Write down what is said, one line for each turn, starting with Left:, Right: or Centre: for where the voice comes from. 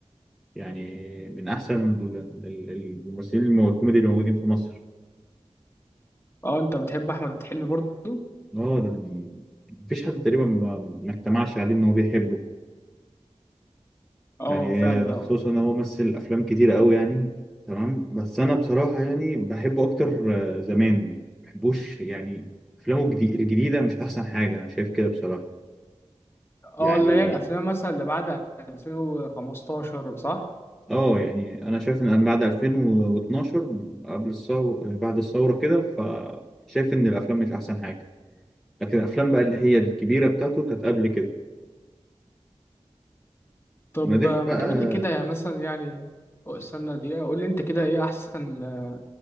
Centre: يعني من احسن ال- ال- الممثلين الم- الكوميدي اللي موجودين في مصر
Left: اه انت بتحب احمد حلمي برضه
Centre: اه ده من- مفيش حد تقريبا ما ما اجتمعش عليه ان هو بيحبه
Left: اه
Centre: يعني
Left: فعلا
Centre: ده خصوصا
Left: اه
Centre: ان هو مثل افلام كتير قوي يعني تمام بس انا بصراحه يعني بحبه اكتر آه، زمان ما بحبوش يعني افلامه الجدي- الجديده مش احسن حاجه انا شايف كده بصراحه
Left: اه
Centre: يعني
Left: اللي هي الافلام مثلا اللي بعد 2015 صح
Centre: اه يعني انا شايف ان بعد 2012 قبل الثوره بعد الثوره كده فشايف ان الافلام مش احسن حاجه لكن الافلام بقى اللي هي الكبيره بتاعته كانت قبل كده
Left: طب
Centre: ونادرا
Left: آه،
Centre: بقى
Left: ما تقول لي كده يعني مثلا يعني أو استنى دقيقة قول لي انت كده ايه احسن آه،